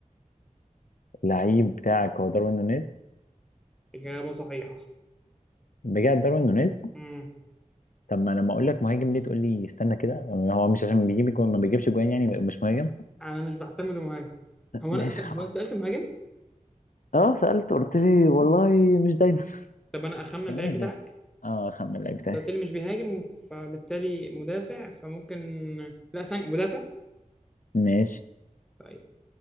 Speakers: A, on the left; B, in the centre.
A: لعيب بتاعك هو داروين نونيز
B: إجابة صحيحة
A: بجد داروين نونيز
B: امم
A: طب ما أنا لما اقول لك مهاجم ليه تقول لي استنى كده هو مش عشان بيجيب جوان ما بيجيبش جوان يعني مش مهاجم
B: انا مش بعتمد مهاجم هو
A: ماشي
B: انا أسأل...
A: خلاص
B: هو أنا سألت مهاجم
A: اه سألت قلت لي والله مش دايما
B: طب انا اخمن اللعيب
A: يعني ايه مش
B: بتاعك
A: ده اه خمن اللعيب بتاعي
B: انت قلت لي مش بيهاجم فبالتالي مدافع فممكن لا ثاني مدافع
A: ماشي
B: طيب